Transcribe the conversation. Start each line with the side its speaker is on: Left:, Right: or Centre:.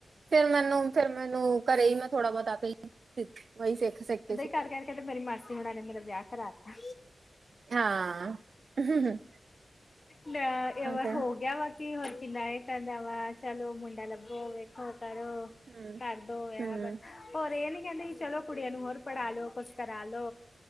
Right: ਫੇਰ ਮੈਨੂੰ- ਫੇਰ ਮੈਨੂੰ ਘਰੇ ਹੀ ਮੈਂ ਥੋੜਾ ਬੋਤਾ ਆਪੇ ਹੀ <unintelligible>
Left: ਘਰ ਕਰਕੇ ਤਾਂ ਮੇਰੀ ਹੋਣਾ ਨੇ ਮੇਰਾ ਵਿਆਹ ਕਰਾ ਤਾ।
Right: ਹਾਂ ਉਹ
Left: ਲੈ ਐਵੇ
Right: ਤੇ
Left: ਹੋ ਗਿਆ ਵਾ। ਕੀ ਹੋਰ ਕਿੰਨਾ ਐਹ ਕਹਿੰਦਾ ਵਾ ਚਲੋ ਮੁੰਡਾ ਲੱਭੋ, ਵੇਖੋ ਕਰੋ।
Right: ਹੂੰ
Left: ਕਰਦੋ ਵਆ
Right: ਹੂੰ
Left: ਬ, ਹੋਰ ਐ ਨੀ ਕਹਿੰਦੇ ਕਿ ਚਲੋ ਕੁੜੀਆਂ ਨੂੰ ਹੋਰ ਪੜ੍ਹਾ ਲੋ ਕੁਛ ਕਰਾ ਲੋ